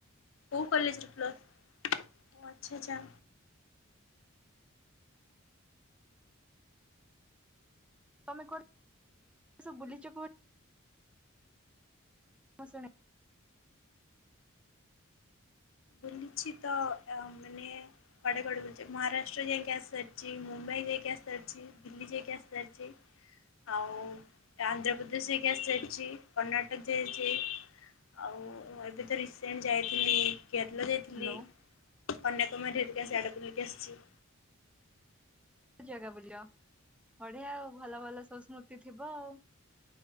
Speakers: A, on the left (about 65°); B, in the centre.
A: ହଉ କଲେଜରେ ପ୍ଲସ୍ ଓ ଆଚ୍ଛା ଆଚ୍ଛା।
B: ତମେ କୁଆଡ଼େ ସବୁ ବୁଲିଚ କୁହ ମୂଁ ଶୁଣେ।
A: ବୁଲିଛି ତ ଅ ମାନେ କୁଆଡେ କୁଆଡେ ବୁଲୁଚି ମହାରାଷ୍ଟ୍ର ଜାଇକି ଆସାରିଛି ମୁମ୍ବାଇ ଯାଇକି ଆସାରିଛି ଦିଲି ଜାଇକି ଆସାରିଛି। ଆଉ ଆନ୍ଧ୍ରପ୍ରଦେଶ ଯାଇକି ଆସି ସାରିଛି କର୍ଣ୍ଣାଟକ ଯାଇଛି। ଆଉ ମୁଁ ଏବେ ତ ରିସେଣ୍ଟ ଯାଇଥିଲି କେରଳ ଯାଇଥିଲି
B: ହ୍ୟାଲୋ
A: କନ୍ୟାକୁମାରୀ ହେରିକା ସିଆଡ଼େ କୁଲିକି ଆସିଛି।
B: ଜାଗା ବୁଲିଲ ବଢିଆ ଆଉ ଭଲ ଭଲ ସବୁ ସ୍ମୃତି ଥିବ ଆଉ।